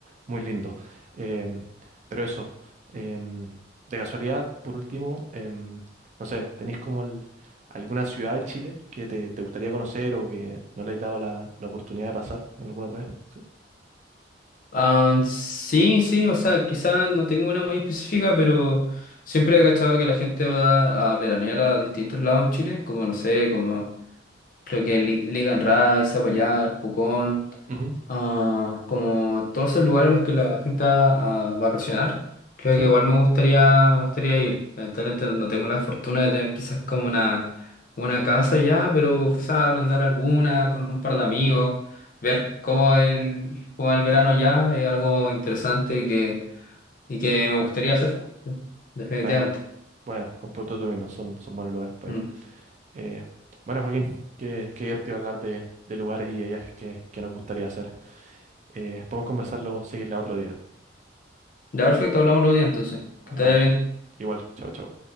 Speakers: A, on the right (about 40°); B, on the left (about 45°).
A: muy lindo. Em, pero eso, em, de casualidad, por último, em, no sé, ¿tenéis como el- alguna ciudad de Chile que te, te gustaría conocer o que no le hayas dado la, la oportunidad de pasar en alguna otra vez? Sí.
B: Ah, sí, sí, o sea, quizás no tengo una muy específica, pero siempre he cachado que la gente va a veranear a distintos lados en Chile, como no sé, como Creo que Li- Ligan Rai, Zapallar, Pucón,
A: Ujú,
B: ah, como todos esos lugares a los que la gente va a vacacionar, creo
A: Sí.
B: que igual me gustaría, me gustaría ir. Lamentablemente no tengo la fortuna de tener quizás como una, una casa ya, pero quizás arrendar alguna con un par de amigos, ver cómo el, cómo el verano ya es algo interesante y que, y que me gustaría hacer, definitivamente.
A: Buena, buena, con Puerto Tomino, son, son buenos lugares para
B: Mm.
A: ir. Eh, bueno, Joaquín, qué, qué divertido hablar de, de lugares y de viajes que, que nos gustaría hacer. Eh, podemos conversarlo, seguirla otro día.
B: Ya perfecto, hablamos otro día entonces.
A: Hablamos.
B: Que te vaya bien.
A: Igual, chao, chao.